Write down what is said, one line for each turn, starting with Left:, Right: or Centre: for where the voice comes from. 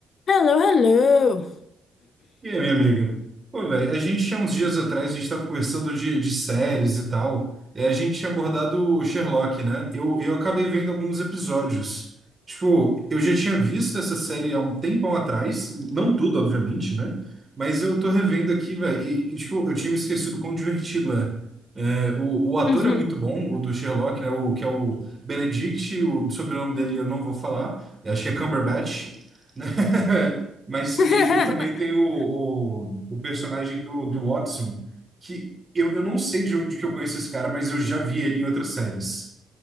Left: Hello, hello.
Right: E aí, minha amiga? Pô, velho, a gente há uns dias atrás, a gente estava conversando de, de séries e tal, e a gente tinha abordado o Sherlock, né? Eu, eu acabei vendo alguns episódios. Tipo, eu já tinha visto essa série há um tempão atrás, não tudo, obviamente, né? Mas eu tô revendo aqui, velho, e, e, tipo, eu tinha me esquecido quão divertido é. É, o, o ator
Left: Uhum.
Right: é muito bom, o do Sherlock, né? O, que é o Benedict, o sobrenome dele eu não vou falar, acho que é Cumberbatch. né? <laughs> Mas
Left: <laughs>
Right: e, e também tem o, o, o personagem do, do Watson, que eu, eu não sei de onde que eu conheço esse cara, mas eu já vi ele em outras séries.